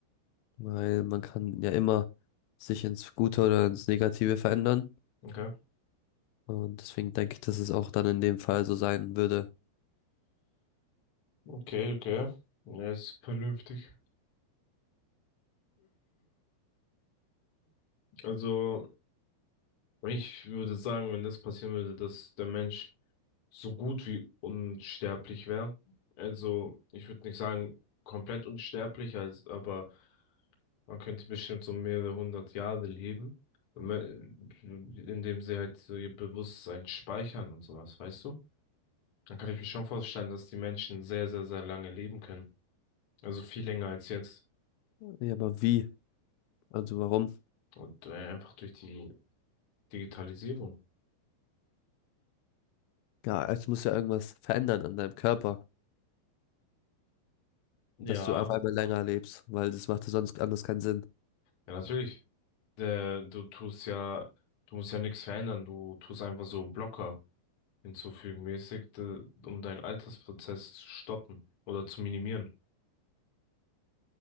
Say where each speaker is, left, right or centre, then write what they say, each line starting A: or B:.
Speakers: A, on the left; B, on the left.
A: Weil man kann ja immer sich ins Gute oder ins Negative verändern.
B: Okay.
A: Und deswegen denke ich, dass es auch dann in dem Fall so sein würde.
B: Okay, okay. Ja, ist vernünftig. Also, ich würde sagen, wenn das passieren würde, dass der Mensch so gut wie unsterblich wäre. Also, ich würde nicht sagen komplett unsterblich, als, aber man könnte bestimmt so mehrere hundert Jahre leben, me- indem sie halt so ihr Bewusstsein speichern und sowas, weißt du? Dann kann ich mir schon vorstellen, dass die Menschen sehr, sehr, sehr lange leben können. Also viel länger als jetzt.
A: Ja, aber wie? Also warum?
B: Und äh, einfach durch die Digitalisierung.
A: Ja, es muss ja irgendwas verändern an deinem Körper,
B: Ja.
A: dass du auf einmal länger lebst, weil das macht ja sonst anders keinen Sinn.
B: Ja, natürlich. Der, du tust ja, du musst ja nichts verändern. Du tust einfach so Blocker hinzufügen, mäßig, de- um deinen Altersprozess zu stoppen oder zu minimieren.